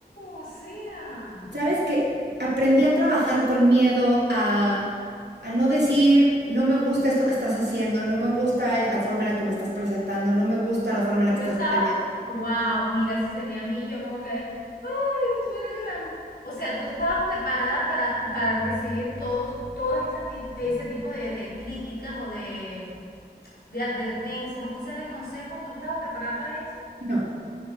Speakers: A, on the left; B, on the right.
A: O sea,
B: Sabes que aprendí a trabajar con miedo a, a no decir, no me gusta esto que estás haciendo, no me gusta la forma en la que me estás presentando, no me gusta la forma en
A: tú
B: la que estás
A: estabas,
B: atendiendo.
A: wow, mira, si sería a mí, yo como que, ay, estuviera llorando. O sea, tú estabas preparada para, para recibir todos, todas esas ti- ese tipo de, de críticas o de, de advertencias o quizás de consejos. ¿Tú estabas preparada para eso?
B: No,